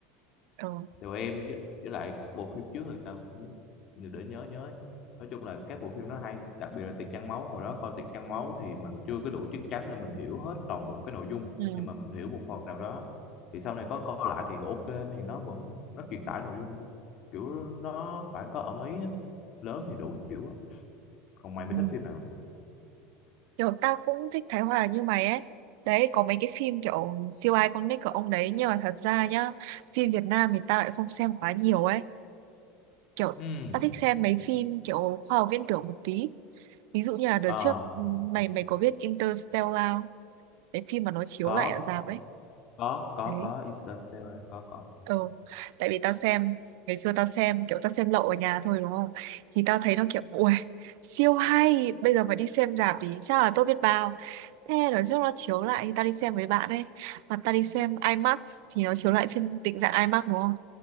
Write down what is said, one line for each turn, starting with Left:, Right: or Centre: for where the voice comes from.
Right: Ừ.
Left: tèo em với, với lại các bộ phim trước người ta cũng để nhớ nhớ nói chung là các bộ phim nó hay đặc biệt là Tiệc Trăng Máu hồi đó coi Tiệc Trăng Máu thì mình chưa có đủ chứng chắn để mình hiểu hết toàn bộ cái nội dung
Right: Ừ.
Left: nhưng mà mình hiểu một phần nào đó thì sau này có coi lại thì ok thì nó vẫn nó truyền tải nội dung kiểu nó phải có ẩn ý á. lớn thì đủ hiểu á. còn mày mới
Right: Ừ.
Left: thích phim nào
Right: Kiểu tao cũng thích Thái Hòa như mày ấy. Đấy, có mấy cái phim kiểu siêu ai con nick của ông đấy. Nhưng mà thật ra nhá, phim Việt Nam thì tao lại không xem quá nhiều ấy. Kiểu
Left: ừ
Right: tao thích xem mấy phim kiểu khoa học viễn tưởng một tí. Ví dụ như là đợt
Left: ờ
Right: trước ừ, mày mày có biết Interstellar, cái phim mà nó chiếu
Left: có
Right: lại ở rạp ấy.
Left: có có
Right: Đấy.
Left: có Interstellar có có
Right: Ừ. Tại vì tao xem ngày xưa tao xem kiểu tao xem lậu ở nhà thôi đúng không? Thì tao thấy nó kiểu ui siêu hay, bây giờ mà đi xem rạp thì chắc là tốt biết bao. Thế nói chung nó chiếu lại thì tao đi xem với bạn ấy. Mà tao đi xem IMAX thì nó chiếu lại phiên định dạng IMAX đúng không?